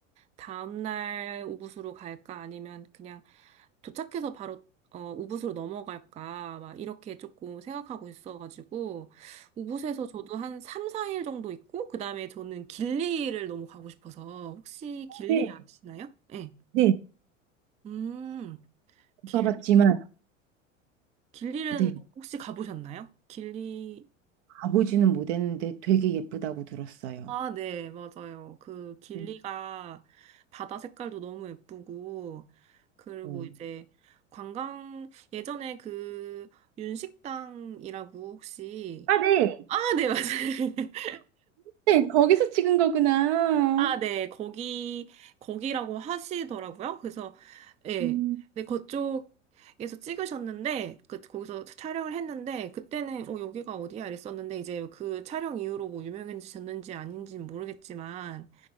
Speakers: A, on the right; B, on the right.
A: 다음날 우붓으로 갈까 아니면 그냥 도착해서 바로 어, 우붓으로 넘어갈까 막 이렇게 조금 생각하고 있어가지고 우붓에서 저도 한 3, 4일 정도 있고 그다음에 저는 길리를 너무 가고 싶어서 혹시 길리
B: 네.
A: 아시나요? 네.
B: 네.
A: 음, 길리,
B: 가봤지만
A: 길리는
B: 네,
A: 혹시 가보셨나요? 길리
B: 가보지는 못했는데 되게 예쁘다고 들었어요.
A: 아, 네, 맞아요. 그 길리가
B: 네.
A: 바다 색깔도 너무 예쁘고, 그리고
B: 어.
A: 이제 관광, 예전에 그 윤식당이라고 혹시,
B: 아, 네.
A: 아, 네, 맞아요. <laughs>
B: 네, 거기서 찍은 거구나.
A: 아, 네. 거기, 거기라고 하시더라고요. 그래서, 예.
B: <laughs>
A: 네, 그쪽에서 찍으셨는데, 그, 거기서 촬영을 했는데, 그때는, 어, 여기가 어디야? 이랬었는데, 이제 그 촬영 이후로 뭐 유명해지셨는지 아닌지는 모르겠지만,